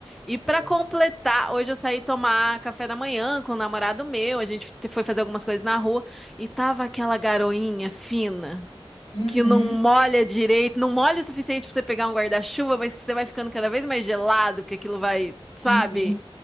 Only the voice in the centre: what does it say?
E pra
completar, hoje eu saí tomar café da manhã com o namorado meu, a gente te- foi fazer algumas coisas na rua e tava aquela garoinha fina
que não molha direito, não molha o suficiente pra você pegar um guarda-chuva, mas você vai ficando cada vez mais gelado, porque aquilo vai, sabe?